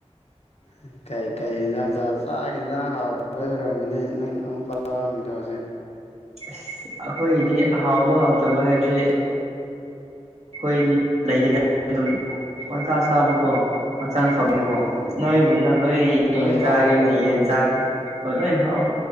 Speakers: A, on the left; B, on the right.
A: <inaudible> ꯀꯩ ꯀꯩ ꯍꯤꯟꯖꯥꯡ ꯆ ꯆꯥꯛ ꯍꯦꯟꯖꯥꯡ ꯍꯥꯎꯗꯕꯩ ꯑꯣꯏꯔꯝꯃꯅꯤ ꯅꯪ ꯑꯃꯨꯛ ꯆꯥꯛ ꯂꯥꯝꯃꯤꯗꯣ ꯍꯧꯖꯤꯛ
B: ꯑꯁ ꯑꯈꯣꯏꯒꯤꯗꯤ ꯍꯥꯎꯕ ꯍꯥꯎꯇꯕ ꯍꯥꯏꯗꯤ ꯈꯣꯏꯗꯤ ꯂꯩꯗꯦꯗ ꯑꯗꯨꯝ ꯄꯪꯆꯥ ꯆꯥꯕ ꯀꯣ ꯍꯛꯆꯥꯡ ꯐꯕꯅꯤꯀꯣ
A: ꯎꯝ
B: ꯅꯣꯏꯒꯨꯝꯅ ꯅꯣꯏ
A: ꯂꯣꯏ
B: ꯌꯦꯟ
A: ꯍꯥꯎꯋꯦꯕ
B: ꯆꯥꯒꯦꯅ ꯌꯦꯟ ꯆꯥꯟ ꯍꯣꯏ ꯂꯣꯏ ꯍꯥꯎꯋꯦ